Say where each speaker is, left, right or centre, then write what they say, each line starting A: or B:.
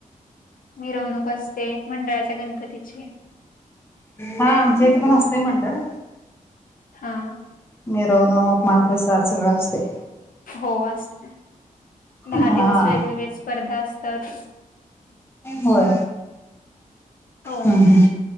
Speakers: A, on the left (about 75°); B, on the left (about 15°).
A: मिरवणूक असते मंडळाच्या गणपतीची
B: हा आमच्या इथं पण असतंय मंडळ
A: हा.
B: मरवन उ महाप्रसाद सु व असस्ते.
A: हो असते दहा
B: हा
A: दिवस वेगवेगळे स्पर्धा असतात.
B: होय
A: हो
B: हम् हम्.